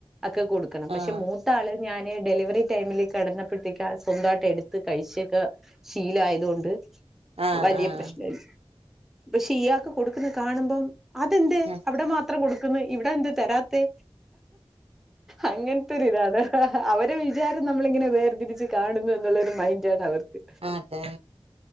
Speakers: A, in the centre; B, on the right.
A: ഒക്കെ കൊടുക്കണം പക്ഷെ
B: ആഹ്
A: മൂത്താള് ഞാന് ഡെലിവറി ടൈമിൽ കടന്നപ്പോഴത്തേക്ക് ള് സ്വന്തമായിട്ട് എടുത്ത് കഴിച്ചൊക്കെ ശീലായി ആരുന്നു.... തുകൊണ്ട്
B: ആഹ്
A: വലിയ
B: ആഹ്
A: പ്രശ്നല്ല. പക്ഷെ ഇയാൾക്ക് കൊടുക്കുന്ന കാണുമ്പം അതെന്തേ
B: ആഹ്
A: അവിടെ മാത്രം കൊടു ക്കുന്നേ ഇവിടെ എന്തേ തരാത്തേ അങ്ങനെ ത്തൊരി ഇതാണ് അവരെ വിചാരം നമ്മളിങ്ങനെ വേർതിരിച്ച് കാണുന്നു എന്നുള്ളരു മൈൻഡ് ആണ് അവർക്ക്.
B: ആതെ.